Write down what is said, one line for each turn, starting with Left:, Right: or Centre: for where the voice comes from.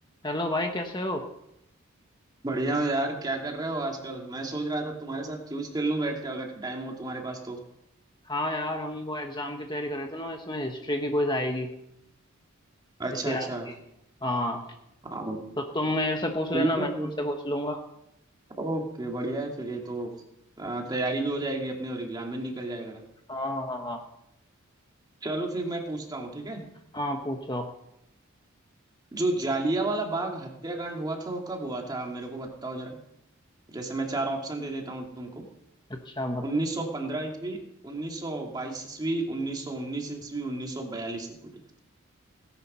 Left: हेलो भाई कैसे हो
Right: बढ़िया हो यार क्या कर रहे हो आजकल मैं सोच रहा था तुम्हारे साथ क्यूज खेल लूं बैठ के अगर टाइम हो तुम्हारे पास तो
Left: हाँ यार हम वो एग्जाम की तैयारी कर रहे थे ना इसमें हिस्ट्री की क्विज आएगी
Right: अच्छा
Left: इतिहास
Right: अच्छा
Left: की हाँ
Right: हाँ
Left: तो तुम मेरे से पूछ लेना
Right: ठीक
Left: मैं
Right: है फिर
Left: तुमसे पूछ लूंगा
Right: ओके बढ़िया है फिर ये तो आ, तैयारी भी हो जाएगी अपनी और एग्जाम भी निकल जाएगा
Left: हाँ हाँ हाँ
Right: चलो फिर मैं पूछता हूँ ठीक है
Left: हाँ पूछो
Right: जो जालियांवाला बाग हत्याकांड हुआ था वो कब हुआ था मेरे को बताओ जरा जैसे मैं चार ऑप्शन दे देता हूँ तुमको
Left: अच्छा बता
Right: 1915 ईस्वी 1922 ईस्वी 1919 ईस्वी 1942 ईस्वी